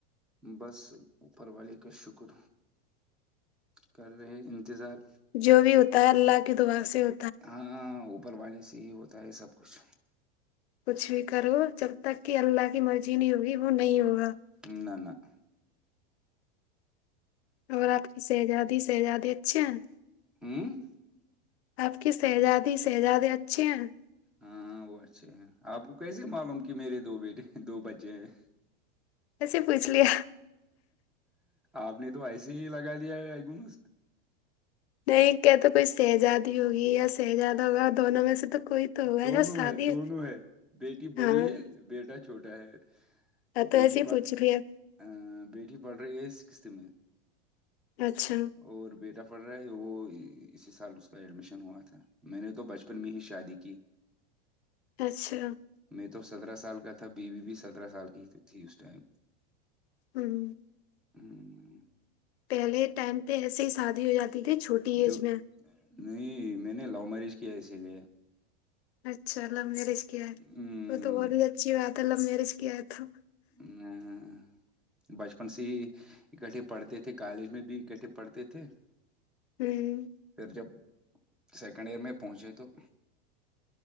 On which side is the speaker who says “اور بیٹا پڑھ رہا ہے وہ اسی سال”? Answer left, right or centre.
Centre